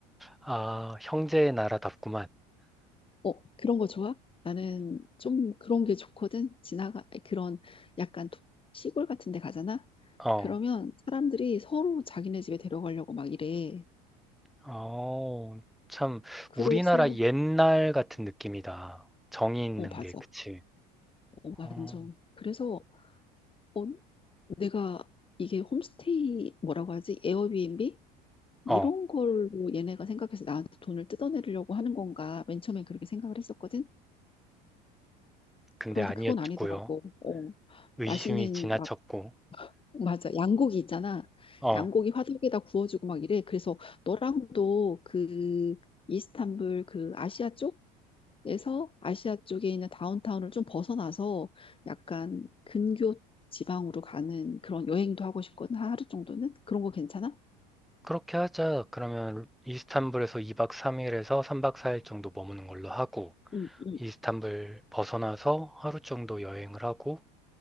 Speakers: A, in the centre; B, on the left (about 25°).
A: 아, 형제의 나라답구만.
B: 어, 그런 거 좋아? 나는 좀 그런 게 좋거든. 지나가, 그런 약간 도- 시골 같은 데 가잖아?
A: 어
B: 그러면 사람들이 서로 자기네 집에 데려가려고 막 이래.
A: 어, 참,
B: 그래서,
A: 우리나라 옛날 같은 느낌이다. 정이 있는
B: 어, 맞아.
A: 게, 그치?
B: 어, 완전.
A: 어,
B: 그래서, 어, 내가 이게 홈스테이 뭐라고 하지? 에어비앤비? 이런
A: 어,
B: 걸로 얘네가 생각해서 나한테 돈을 뜯어내려고 하는 건가? 맨 처음엔 그렇게 생각을 했었거든?
A: 근데
B: 그런데
A: 아니었고요.
B: 그건 아니더라고. 어,
A: 의심이
B: 맛있는
A: 지나쳤고.
B: 막 맞아. 양고기 있잖아.
A: 어,
B: 양고기 화덕에다 구워주고 막 이래. 그래서 너랑도 그 이스탄불 그 아시아 쪽에서 아시아 쪽에 있는 다운타운을 좀 벗어나서 약간 근교 지방으로 가는 그런 여행도 하고 싶거든. 하루 정도는? 그런 거 괜찮아?
A: 그렇게 하자. 그러면 이스탄불에서 2박 3일에서 3박 4일 정도 머무는 걸로 하고,
B: 응, 응,
A: 이스탄불 벗어나서 하루 정도 여행을 하고,